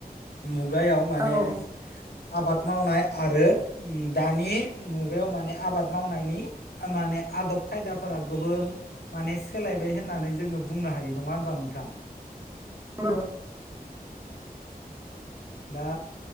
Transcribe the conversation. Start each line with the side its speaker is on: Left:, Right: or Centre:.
Left: मुगायाव माने
Right: औ औ
Left: आबाद मावनाय आरो दानि मुगायाव माने आबाद मावनायनि माने आदब खायदाफोरा गोबां माने सोलायबाय होननानै जोङो बुंनो हायो नङा होनब्ला नोंथां
Right: <unintelligible>
Left: दा